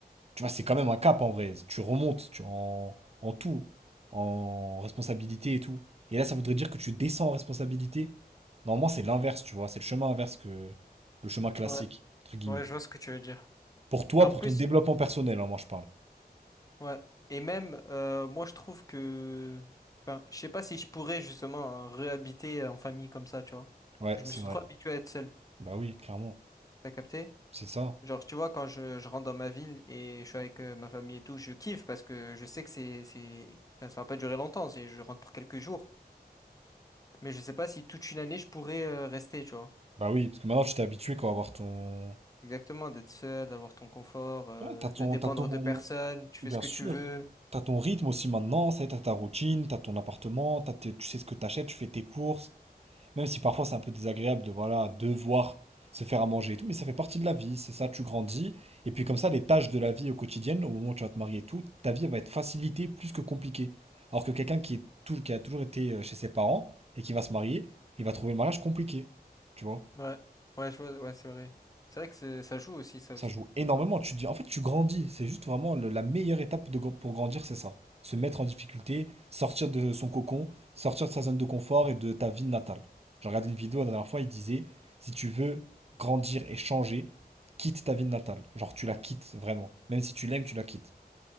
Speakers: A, on the right; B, on the left.
A: Tu vois, c'est quand même un cap en vrai. Tu remontes tu en, en tout, en responsabilité et tout. Et là, ça voudrait dire que tu descends en responsabilité. Normalement, c'est l'inverse, tu vois. C'est le chemin inverse que le chemin classique,
B: Ouais,
A: entre guillemets.
B: ouais, je vois ce que tu veux dire.
A: Pour toi,
B: En
A: pour
B: plus,
A: ton développement personnel, hein, moi, je parle.
B: ouais. Et même, euh, moi, je trouve que, enfin, je sais pas si je pourrais justement euh, réhabiter en famille comme ça, tu vois.
A: Ouais,
B: Je
A: c'est
B: me suis
A: vrai.
B: trop habitué à être seul.
A: Bah oui, clairement.
B: T'as capté?
A: C'est ça.
B: Genre, tu vois, quand je, je rentre dans ma ville et je suis avec euh, ma famille et tout, je kiffe parce que je sais que c'est, c'est, enfin, ça va pas durer longtemps. C'est, je rentre pour quelques jours. Mais je sais pas si toute une année je pourrais euh, rester, tu vois.
A: Bah oui, parce que maintenant, tu t'es habitué quoi, à avoir ton...
B: Exactement, d'être seul, d'avoir ton confort, euh,
A: Ouais, t'as ton,
B: de dépendre
A: t'as ton...
B: de personne, tu
A: Bien
B: fais ce que
A: sûr.
B: tu veux.
A: T'as ton rythme aussi maintenant, ça y est, t'as ta routine, t'as ton appartement, t'as tes- tu sais ce que t'achètes, tu fais tes courses. Même si parfois c'est un peu désagréable de, voilà, devoir se faire à manger et tout, mais ça fait partie de la vie, c'est ça, tu grandis. Et puis comme ça, les tâches de la vie au quotidien, au moment où tu vas te marier et tout, ta vie elle va être facilitée plus que compliquée. Alors que quelqu'un qui est tout, qui a toujours été euh, chez ses parents et qui va se marier, il va trouver le mariage compliqué. Tu vois?
B: Ouais, ouais, je vois, ouais, c'est vrai. C'est vrai que c'est- ça joue aussi, ça
A: Ça
B: aussi.
A: joue énormément. Tu dis, en fait, tu grandis. C'est juste vraiment le- la meilleure étape de, gr- pour grandir, c'est ça. Se mettre en difficulté, sortir de son cocon, sortir de sa zone de confort et de ta ville natale. J'ai regardé une vidéo la dernière fois, il disait, si tu veux grandir et changer, quitte ta ville natale. Genre, tu la quittes vraiment. Même si tu l'aimes, tu la quittes.